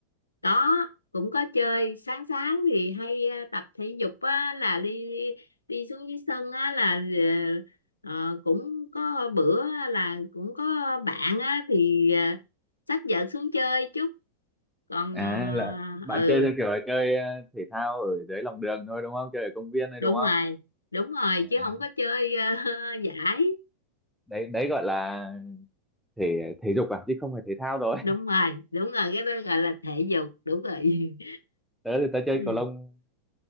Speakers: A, on the left (about 80°); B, in the centre.
A: có cũng có chơi sáng sáng thì hay ờ, tập thể dục á, là đi đi xuống dưới sân á, là ờ, ờ, cũng có bữa á, là cũng có bạn á, thì ờ, xách vợt xuống chơi chút còn
B: à là bạn
A: ờ, ừ
B: chơi theo kiểu là chơi ờ, thể thao ở dưới lòng đường thôi đúng không chơi ở công viên thôi
A: đúng
B: đúng không
A: rồi đúng rồi
B: à,
A: chứ không có chơi ờ, <laughs> giải
B: đấy đấy gọi là thể thể dục à chứ không phải thể thao rồi
A: đúng rồi đúng rồi cái đó gọi là thể dục đúng rồi
B: <laughs> tớ thì tớ chơi
A: <laughs>
B: cầu lông